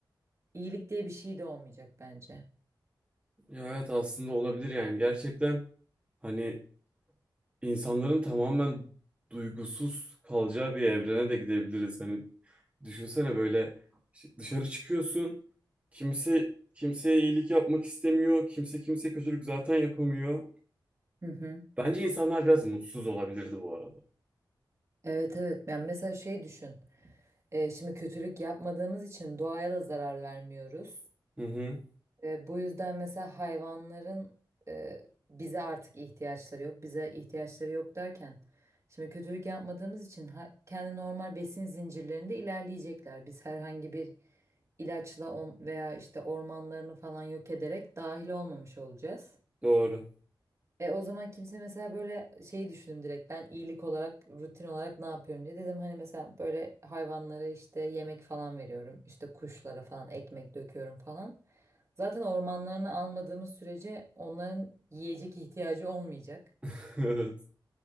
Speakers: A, on the right; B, on the right.
A: İyilik diye bir şey de olmayacak bence.
B: Ya evet aslında olabilir yani gerçekten hani insanların tamamen duygusuz kalacağı bir evrene de gidebiliriz. Hani düşünsene böyle işte dışarı çıkıyorsun. Kimse kimseye iyilik yapmak istemiyor. Kimse kimseye kötülük zaten yapamıyor.
A: Hı hı.
B: Bence insanlar biraz mutsuz olabilirdi bu arada.
A: Evet evet. Yani mesela şey düşün. E, şimdi kötülük yapmadığımız için doğaya da zarar vermiyoruz.
B: Hı hı,
A: E, bu yüzden mesela hayvanların e, bize artık ihtiyaçları yok. Bize ihtiyaçları yok derken şimdi kötülük yapmadığımız için ha- kendi normal besin zincirlerinde ilerleyecekler. Biz herhangi bir ilaçla on veya işte ormanlarını falan yok ederek dahil olmamış olacağız.
B: doğru.
A: E o zaman kimse mesela böyle şeyi düşündüm direkt ben iyilik olarak rutin olarak ne yapıyorum diye dedim hani mesela böyle hayvanlara işte yemek falan veriyorum işte kuşlara falan ekmek döküyorum falan. Zaten ormanlarını almadığımız sürece onların yiyecek ihtiyacı olmayacak.
B: <laughs> Evet.